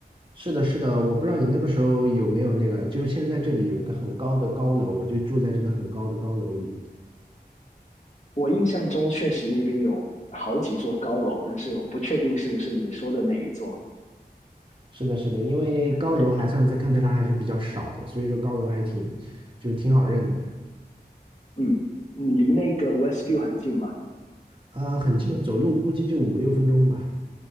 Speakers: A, on the right; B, on the left.
A: 是的，是的。我不知道你那个时候有没有那个，就是现在这里有一个很高的高楼，我就住在这个很高的高楼里。
B: 我印象中确实那边有好几座高楼，但是我不确定是不是你说的那一座。
A: 是的，是的，因为高楼还算在堪培拉还是比较少的，
B: 对，
A: 所以这高楼还挺就是挺好认的。
B: 嗯，你离那个 Westview 很近吗？
A: 呃，很近，走路估计就五六分钟吧。